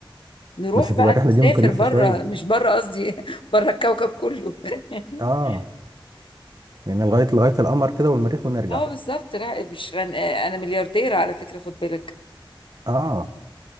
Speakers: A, on the right; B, on the left.
A: <laughs>
B: نروح
A: بس تبقى
B: بقى
A: الرحلة
B: نسافر
A: دي مكلفة
B: بره
A: شوية
B: مش بره قصدي <laughs> بره الكوكب كله <laughs>
A: اه يعني لغاية لغاية القمر كده والمريخ ونرجع
B: اه بالظبط لا مش غن... انا مليارديرة على فكرة خد بالك
A: اه